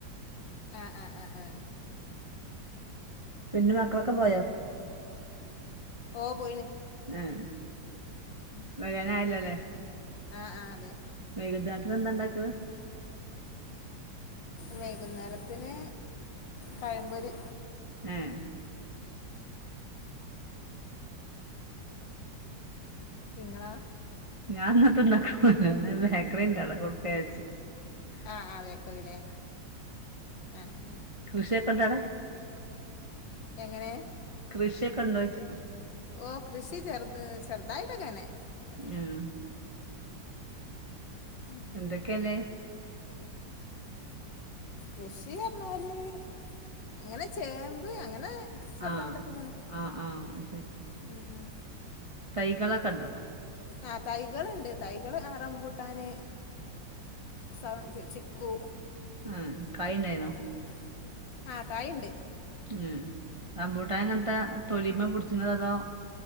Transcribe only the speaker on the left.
ആഹ് അഹ് അഹ് അഹ്
ഓ പോയിണ്
ഉം
ആഹ് ആഹ് അതെ
വൈകുന്നേരത്തിന് പഴംപൊരി
നിങ്ങളോ
ആഹ് ആഹ് ബേക്കറി ലെ ആഹ് ആഹ്
എങ്ങനെ
ഓ കൃഷി ചെറുത് ചെറുതായിട്ടൊക്കങ്ങനെ അങ്ങനെല്ല.
ഉം
കൃഷി പർഞ്ഞാല് അങ്ങന ചേമ്പ് അങ്ങനെ ചെർതായ്ട്ടൊക്കെ
ഇങ്ങനെ
ഉം ഉം
ആഹ് തൈകള്ണ്ട് തൈകള് ആഹ് റംമ്പുട്ടാന് സ പി ചിക്കു
അങ്ങനെ ആ കായ്ണ്ട്